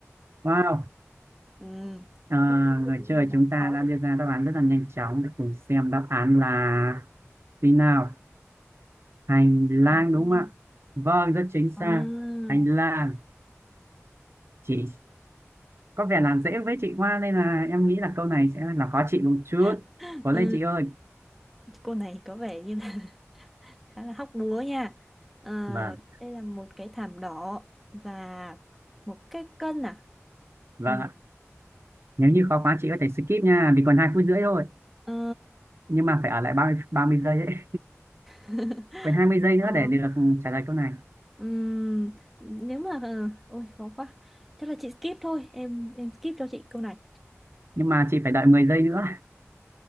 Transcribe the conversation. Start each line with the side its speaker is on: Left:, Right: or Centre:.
Right: wow.
Centre: Ừ,
Right: À,
Centre: không có
Right: người
Centre: gì
Right: chơi
Centre: để làm
Right: chúng
Centre: khó
Right: ta đã
Centre: được
Right: đưa ra đáp án rất là nhanh chóng để cùng xem đáp án là gì nào hành lang
Centre: hành
Right: đúng
Centre: lang.
Right: không ạ vâng rất chính xác
Centre: Wow.
Right: hành lang chị có vẻ làm dễ với chị Hoa nên là em nghĩ là câu này sẽ là khó chị một chút
Centre: <laughs>
Right: cố
Centre: Ừ,
Right: lên chị ơi
Centre: cô này có vẻ như là khá là hóc búa nha Ờ,
Right: vâng
Centre: đây là một cái thảm đỏ và một cái cân à
Right: vâng
Centre: ừ,
Right: ạ nếu
Centre: đúng
Right: như khó
Centre: rồi
Right: quá chị có thể skip nha vì còn hai phút rưỡi thôi
Centre: Ờ,
Right: nhưng mà phải ở lại ba mươi ba mươi giây ấy
Centre: <laughs>
Right: còn 20 giây nữa
Centre: ờ,
Right: để được trả lời câu này
Centre: ừm, nếu mà ờ, ôi khó quá chắc là chị skip thôi em em skip cho chị câu này
Right: nhưng mà chị phải đợi 10 giây nữa